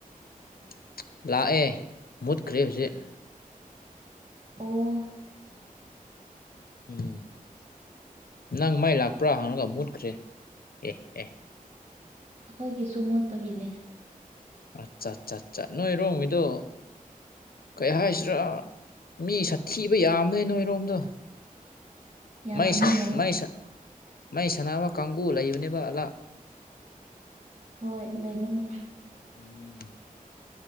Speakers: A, on the left; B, on the right.
A: <inaudible> ꯂꯥꯛꯑꯦ ꯃꯨꯠꯈ꯭ꯔꯦ ꯍꯧꯖꯤꯛ
B: ꯑꯣ
A: <inaudible> ꯎꯝ ꯅꯪ ꯃꯩ ꯂꯥꯛꯄ꯭ꯔꯥ ꯍꯪꯉꯒ ꯃꯨꯠꯈ꯭ꯔꯦ ꯑꯦ ꯑꯦ
B: ꯑꯩꯈꯣꯏꯒꯤꯁꯨ ꯃꯨꯠꯄꯒꯤꯅꯦ
A: ꯑꯠꯆꯥ ꯆꯥ ꯆꯥ ꯅꯣꯏꯔꯣꯡꯒꯤꯗꯣ ꯀꯩ ꯍꯥꯏꯁꯤꯔꯥ ꯃꯤ ꯁꯥꯊꯤꯕ ꯌꯥꯝꯃꯤ ꯅꯣꯏꯔꯣꯝꯗꯣ
B: ꯌꯥꯝꯕꯅꯦ
A: ꯩꯩ
B: ꯌꯥꯝ
A: ꯃꯩ ꯁꯥꯟꯅꯕ ꯀꯥꯡꯒꯕꯨ ꯂꯩꯕꯅꯦꯕ ꯑꯂꯥ
B: ꯍꯣꯏ ꯂꯩꯕꯅꯦ
A: ꯎꯝ